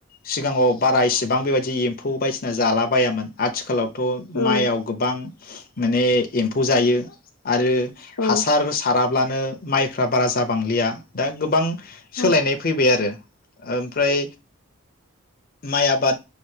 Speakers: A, on the left; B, on the left.
A: सिगाङाव बारा इसेबां बेबायदि एम्फौ बायदिसिना जाला बायामोन आथिखालाव थ'
B: औ
A: माइआव गोबां माने एम्फौ जायो आरो
B: औ
A: हासार साराब्लानो माइ फ्रा बारा जाबांलिया दा गोबां
B: औ
A: सोलायनाय फैबाय आरो ओमफ्राय माइ आबाद